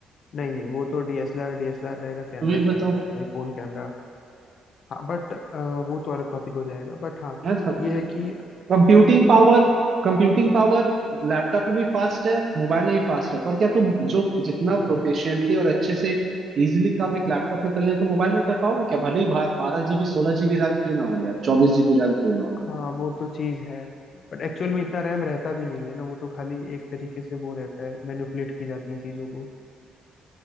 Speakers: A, on the left (about 55°); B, on the right (about 50°).
A: नहीं नहीं वो तो डीएसएलआर डीएसएलआर रहेगा कैमरा
B: तुम ही बताओ
A: कैमरा है भाई फोन कैमरा हाँ बट वो तो अलग टॉपिक हो जाएगा बट हाँ
B: है ना
A: ये है कि
B: Computing
A: हाँ
B: power computing power laptop में भी फास्ट है मोबाइल में भी फास्ट है पर क्या तुम जो जितना प्रोफिशिएंटली और अच्छे से इजिली काम एक लैपटॉप में कर लें तो मोबाइल में कर पाओगे क्या भले ही बारह जीबी सोलह जीबी रैम क्यों ना हो या चौबीस जीबी रैम क्यों ना हो
A: हाँ वो तो चीज है बट एक्चुअल में इतना रैम रहता भी नहीं है ना वो तो खाली एक तरीके से वो रहता है मैनिपुलेट की जाती है चीजों को